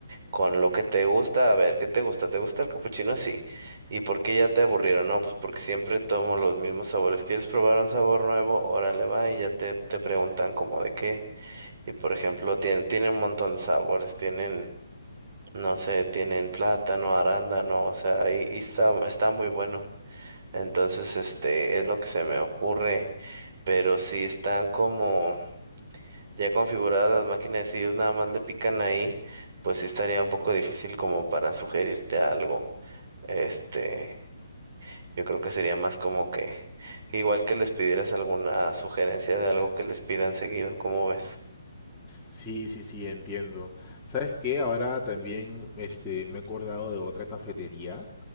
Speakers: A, on the right; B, in the centre.
A: con lo que te gusta, a ver, ¿qué te gusta? ¿Te gusta el capuchino? Sí. ¿Y por qué ya te aburrieron? No, pues porque siempre tomo los mismos sabores. ¿Quieres probar un sabor nuevo? Órale, va, y ya te, te preguntan como de qué. Y por ejemplo, tienen, tienen un montón de sabores, tienen, no sé, tienen plátano, arándano, o sea, y, y está, está muy bueno. Entonces, este, es lo que se me ocurre. Pero si están como ya configuradas las máquinas, si ellos nada más le pican ahí, pues sí estaría un poco difícil como para sugerirte algo. Este, yo creo que sería más como que, igual que les pidieras alguna sugerencia de algo que les pidan seguido, ¿cómo ves?
B: Sí, sí, sí, entiendo. ¿Sabes qué? Ahora también este, me he acordado de otra cafetería.